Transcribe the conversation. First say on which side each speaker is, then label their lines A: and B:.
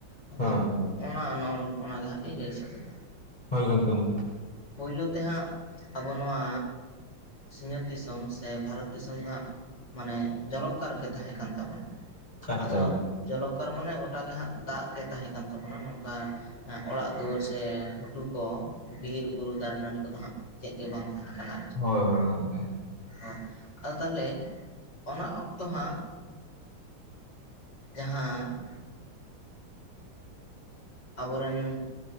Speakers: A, on the left; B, on the left.
A: ᱟᱫᱚ
B: ᱦᱚᱸᱜ-ᱚ
A: ᱚᱱᱟ ᱚᱱᱟ ᱚᱱᱟ ᱜᱮ ᱦᱟᱸᱜ ᱞᱤᱧ ᱞᱟᱹᱭ ᱥᱚᱫᱚᱨ
B: ᱦᱚᱭ ᱜᱚᱝᱠᱮ ᱢᱟ
A: ᱯᱩᱭᱞᱩ ᱛᱮ ᱦᱟᱸᱜ ᱟᱵᱚ ᱱᱚᱣᱟ ᱥᱤᱧᱚᱛ ᱫᱤᱥᱚᱢ ᱥᱮ ᱵᱷᱟᱨᱚᱛ ᱫᱤᱥᱚᱢ ᱫᱚ ᱦᱟᱸᱜ ᱢᱟᱱᱮ ᱡᱚᱞᱚᱠᱠᱟᱨ ᱜᱮ ᱛᱟᱦᱮᱸ ᱠᱟᱱ ᱛᱟᱵᱚᱱᱟ᱾
B: ᱟᱪᱪᱷᱟ
A: ᱟᱫᱚ
B: ᱜᱚᱝᱠᱮ
A: ᱡᱚᱞᱚᱠᱟᱨ ᱢᱟᱱᱮ ᱜᱚᱴᱟᱜ ᱜᱮ ᱦᱟᱸᱜ ᱫᱟᱜ ᱜᱮ ᱛᱟᱦᱮᱸ ᱠᱟᱱ ᱛᱟᱵᱚᱱᱟ, ᱱᱚᱝᱠᱟ ᱦᱮ ᱚᱲᱟᱜ ᱫᱩᱣᱟᱹᱨ ᱥᱮ ᱜᱷᱩᱴᱩ ᱠᱚ ᱵᱤᱨᱼᱵᱩᱨᱩ ᱫᱟᱨᱮᱼᱱᱟᱹᱲᱤ ᱠᱚᱫᱚ ᱦᱟᱸᱜ ᱪᱮᱫ ᱜᱮ ᱵᱟᱝ ᱛᱟᱸᱦᱟ ᱠᱟᱱᱟ᱾
B: ᱦᱳᱭ ᱦᱳᱭ ᱜᱚᱢᱠᱮ᱾
A: ᱦᱮ ᱟᱫᱚ ᱛᱟᱦᱚᱞᱮ ᱚᱱᱟ ᱚᱠᱛᱚ ᱦᱟᱸᱜ ᱡᱟᱦᱟᱸ ᱟᱵᱚᱨᱮᱱ